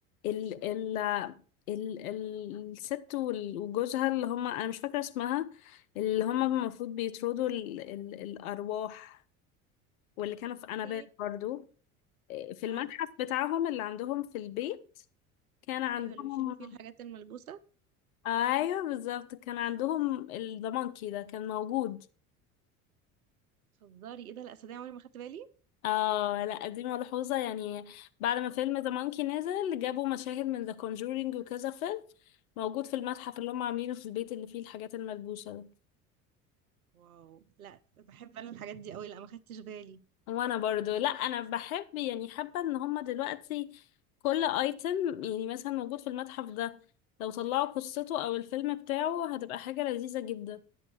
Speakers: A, on the left; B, on the right.
A: ال ال ال ال- الست وال- وجوزها اللي هما انا مش فاكره اسمها اللي هما المفروض بيطردوا ال ال الارواح واللي كانوا في انابيب
B: ايه
A: برضو في المتحف
B: اه
A: بتاعهم اللي عندهم في البيت كان عندهم
B: ايوه اللي بيشيلوا فيه الحاجات الملبوسه
A: ايوه بالظبط كان عندهم ذا مونكي ده كان موجود
B: تهزري ايه ده لا صدقني عمري ما خدت بالي
A: اه لا دي ملحوظة يعني بعد ما فيلم ذا مونكي نزل جابوا مشاهد من ذا كونجورينج وكذا فيلم موجود في المتحف اللي هم عاملينه في البيت اللي فيه الحاجات الملبوسة ده
B: واو لا بحب انا الحاجات دي قوي لا ما خدتش بالي
A: وانا برضو لا انا بحب يعني حابه ان هما دلوقتي كل ايتم يعني مثلا موجود في المتحف ده لو طلعوا قصته او الفيلم بتاعه هتبقى حاجه لذيذه جدا